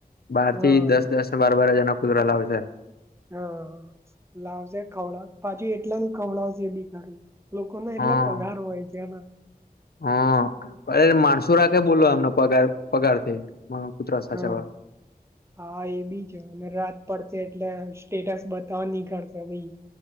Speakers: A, on the left; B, on the right.
A: બાર
B: હા
A: થી દસ દસ ને બાર બાર હજારનો કુતરા લાવશે.
B: હા લાવશે ખવડાવું પાછું એટલાનું ખવડાવે બી ખરું, લોકો ના
A: હા
B: એટલા પગાર હોય છે ના,
A: હા, અ માણસું રાખે બોલો એમનો પગાર પગાર કુતરા સાચાવા
B: હા હા એ બી છે અને રાત પડશે એટલે સ્ટેટસ બતાવા નિકળશે ભાઈ,